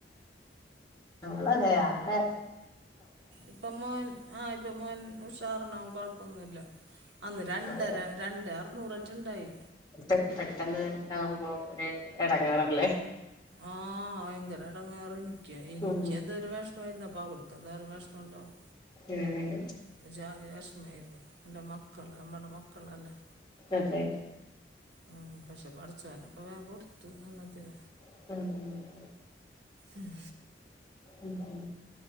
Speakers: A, on the left; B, on the right.
A: നമ്മളൊക്കെ യതെ
B: ഇപ്പൊ മോൻ ആഹ് ഇപ്പൊ മോൻ ഉഷാറാണ് അവൻ കൊഴപ്പൊന്നുല്ല അന്ന് രണ്ടര
A: അതെ
B: രണ്ട് അറന്നൂർറ്റണ്ടായി
A: ഇപ്പ പെട്ടെന്ന് ഇതാവുമ്പോ ഒരു എടങ്ങേറല്ലേ
B: ആഹ് ആഹ് ഭയങ്കര എടങ്ങേറ് നിക്ക്യ ഇനിക്കെന്തൊരു
A: ഉം
B: വിഷമേർന്നു. അപ്പൊ അവൾക്ക് എന്തോരം വിഷമം ഉണ്ടാവും.
A: ഉം
B: ഒരു ജാതി വിഷമായിരുന്നു നല്ല മക്കൾ നമ്മടെ മക്കളല്ലേ
A: അതെ..
B: ഉം പക്ഷെ പടചോൻ പ്പോ വേഗം കൊടുത്തു എന്നത്തിന
A: ഉം.
B: ഉം..
A: ഉം.